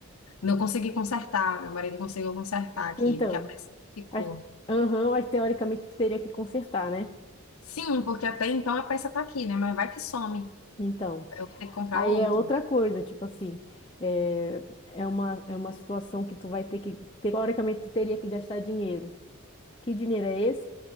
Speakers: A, on the left; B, on the left.
A: não consegui consertar. Meu marido conseguiu consertar aqui,
B: Então,
A: porque a peça ficou.
B: mas, aham, mas teoricamente tu teria que consertar, né?
A: Sim, porque até então a peça tá aqui, né? Mas vai que some.
B: Então,
A: Aí Eu vou ter que comprar
B: aí
A: outra.
B: é outra coisa, tipo assim, é, é uma, é uma situação que tu vai ter que, teoricamente tu teria que gastar dinheiro. Que dinheiro é esse?